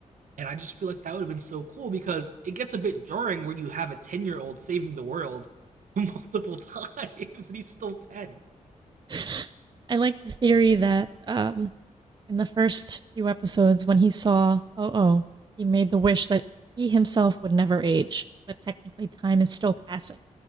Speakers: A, on the right (about 70°); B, on the right (about 35°).
A: And I just feel like that would have been so cool because it gets a bit jarring where you have a 10 year old saving the world <laughs> multiple times and he's still 10.
B: <laughs> I like the theory that um, in the first few episodes, when he saw Oh Oh, he made the wish that he himself would never age, but technically time is still passing.